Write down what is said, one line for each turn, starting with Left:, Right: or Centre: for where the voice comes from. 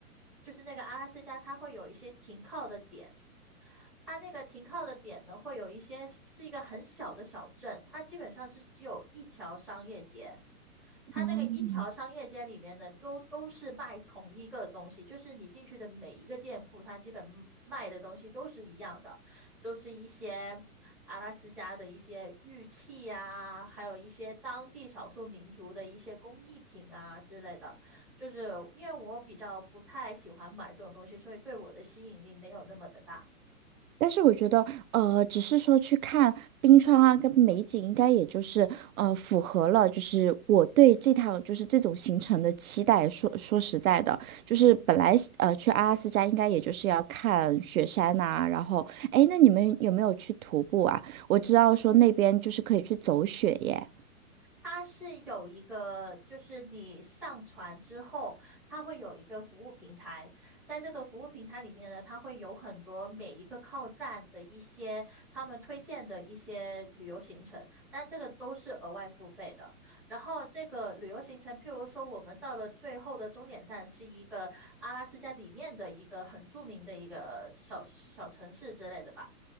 Centre: 就是那个阿拉斯加，它会有一些停靠的点。它那个停靠的点呢，会有一些是一个很小的小镇，它基本上是只有一条商业街。它那个一条商业街里面呢，
Right: 嗯，
Centre: 都都是卖同一个东西，就是你进去的每一个店铺，它基本卖的东西都是一样的，都是一些阿拉斯加的一些玉器啊，还有一些当地少数民族的一些工艺品啊之类的。就是因为我比较不太喜欢买这种东西，所以对我的吸引力没有那么的大。
Right: 但是我觉得，呃，只是说去看冰川啊，跟美景，应该也就是呃符合了，就是我对这趟就是这种行程的期待。说说实在的，就是本来呃去阿拉斯加应该也就是要看雪山呐、然后哎，那你们有没有去徒步啊？我知道说那边就是可以去走雪耶。
Centre: 它是有一个，就是你上传之后，它会有一个服务平台，在这个服务平台里面呢，它会有很多每一个靠站的一些他们推荐的一些旅游行程，但这个都是额外付费的。然后这个旅游行程，譬如说我们到了最后的终点站是一个阿拉斯加里面的一个很著名的一个小小城市之类的吧。